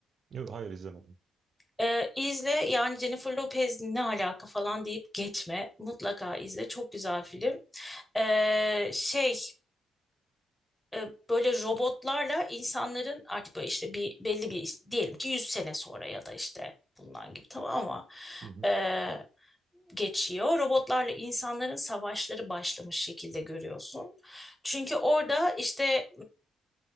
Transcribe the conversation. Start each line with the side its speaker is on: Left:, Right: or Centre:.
Right: Yok hayır izlemedim.
Centre: Ee, izle yani Jennifer Lopez ne alaka falan deyip geçme. Mutlaka izle. Çok güzel film. Ee, şey e, böyle robotlarla insanların artık böyle işte bir belli bir diyelim ki 100 sene sonra ya da işte bundan gibi tamam mı?
Right: Hı hı.
Centre: Ee, geçiyor. Robotlarla insanların savaşları başlamış şekilde görüyorsun. Çünkü orada işte